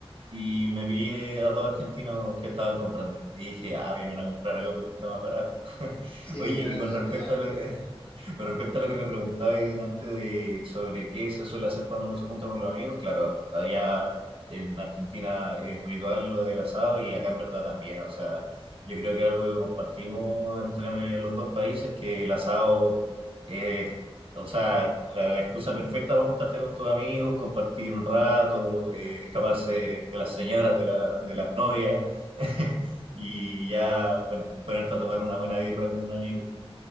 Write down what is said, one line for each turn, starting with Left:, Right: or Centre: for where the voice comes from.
Right: y me pillé a dos argentinos que estaban comprando. Y dije, ah, vienen a comprar acá porque está más barato. <laughs>
Left: Sí,
Right: Oye,
Left: no,
Right: y con respecto
Left: olvídate.
Right: a lo, <laughs> Con respecto a lo que me preguntaba ahí delante de sobre qué se suele hacer cuando uno se junta con los amigos, claro, allá en Argentina es ritual lo del asado y acá en verdad también, o sea, yo creo que algo que compartimos entre los dos países es que el asado es, o sea, la excusa perfecta para juntarte con tus amigos, compartir un rato, eh, escaparse de las señoras, de la- de las novias <laughs> y ya pon- ponerte a tomar una buena birra con un amigo.